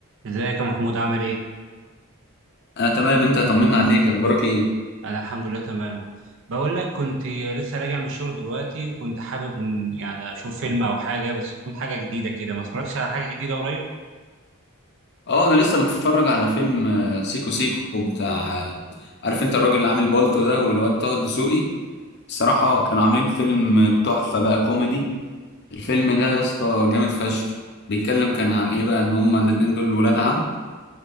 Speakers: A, on the right; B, on the left.
A: ازيك يا محمود عامل ايه؟
B: انا تمام انت طمنا عليك اخبارك ايه
A: انا الحمد لله تمام بقول لك كنت لسه راجع من الشغل دلوقتي وكنت حابب ان يعني اشوف فيلم او حاجه بس تكون حاجه جديده كده ما اتفرجتش على حاجه جديده قريب
B: اه انا لسه متفرج على فيلم آه، سيكو سيكو بتاع آه، عارف انت الراجل اللي عامل بالطو ده والواد طه الدسوقي الصراحه كانوا عاملين فيلم تحفه بقى كوميدي الفيلم ده يا اسطى جامد فشخ بيتكلم كان عن ايه بقى ان هما الاتنين دول ولاد عم